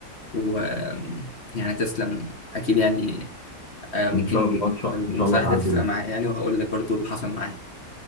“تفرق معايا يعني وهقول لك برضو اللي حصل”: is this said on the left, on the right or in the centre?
Left